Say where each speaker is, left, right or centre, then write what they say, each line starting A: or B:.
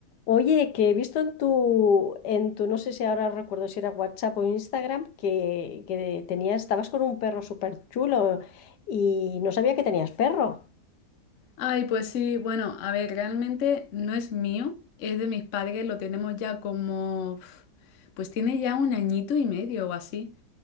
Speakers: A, on the left; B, on the left.
A: Oye, que he visto en tu, en tu, no sé si ahora recuerdo si era WhatsApp o Instagram, que, que tenías, estabas con un perro súper chulo y no sabía que tenías perro.
B: Ay, pues sí, bueno, a ver, realmente no es mío, es de mis padres, lo tenemos ya como, uf, pues tiene ya un añito y medio o así.